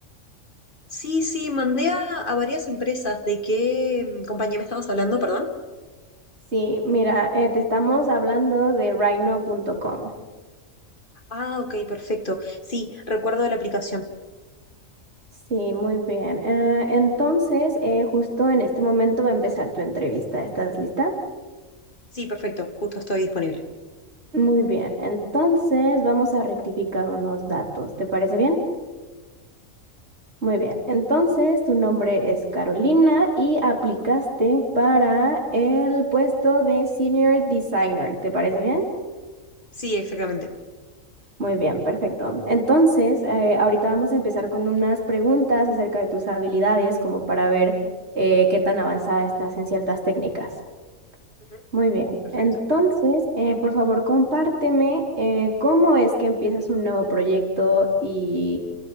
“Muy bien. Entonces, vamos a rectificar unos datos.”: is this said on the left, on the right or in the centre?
Right